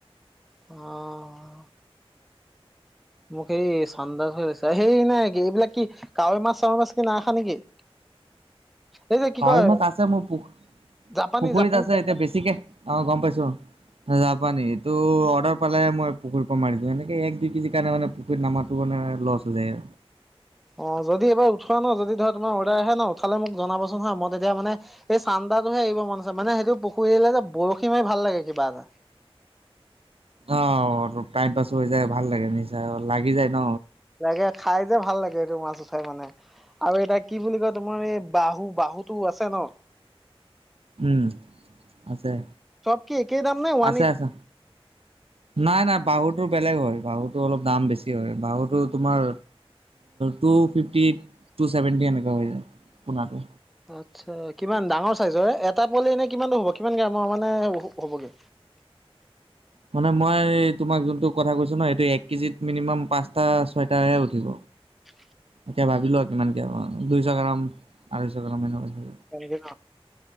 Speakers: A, in the centre; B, on the right.
A: অ মোক এই চান্দা হৈ <unintelligible> সেই নাই কি এইবিলাক কি কাৱৈ মাছ চাৱৈ মাছ কি নাখা নেকি <inaudible> এই যে কি
B: কাৱৈ
A: কয়
B: মাছ আছে মোৰ পু -পুখুৰীত
A: জাপানী জাপানী
B: আছে এতিয়া বেছিকে অ গম পাইছো যাব পানে এইটো অৰ্ডাৰ পালে মই পুখুৰীৰ পৰা মাৰিছো এনেকে এক দুই কেজি কাৰণে মানে পুুখুৰীত নাম ত মানে লছ হৈ যায়
A: অ যদি এইবাৰ উঠোৱা ন যদি ধৰা তোমাৰ অৰ্ডাৰ আহে ন উঠালে মোক জনাবচোন হা মই তেতিয়া মানে এই চান্দাটোহে এৰি মন আছে মানে সেইটো পুখুৰীলে যে বৰশী মাৰি ভাল লাগে কিবা এটা
B: অ টাইম পাছ হৈ যায় ভাল লাগে নিচায় লাগি যায় ন
A: লাগে খাই যে ভাল লাগে এইটো মাছ উঠাই মানে আৰু এতিয়া কি বুলি কয় তোমাৰ এই বাহু বাহুটো আছে ন
B: উম আছে
A: চব কি একেই দাম নাই ওৱান
B: আছে
A: এইটি
B: আছে নাই নাই বাহুটো বেলেগ হয় বাহুটো অলপ দাম বেছি হয় বাহুটো তোমাৰ টু ফিফটি টু ছেভেণ্টি এনেকুৱা হৈ যায় পনাটো
A: আচ্ছা কিমান ডাঙৰ চাইজৰ এটা পোৱালি এনে কিমানটো হ'ব কিমান গ্ৰামৰ মানে হ'বগে
B: মানে মই তোমাক যোনটো কথা কৈছো ন সেইটো এক কেজিত মিনিমাম পাঁচটা ছয়টাহে উঠিব
A: হয়
B: এতিয়া ভাবিলো আৰু কিমান ক দুইশ গ্ৰাম আঢ়ৈশ গ্ৰাম এনেকুৱা
A: জ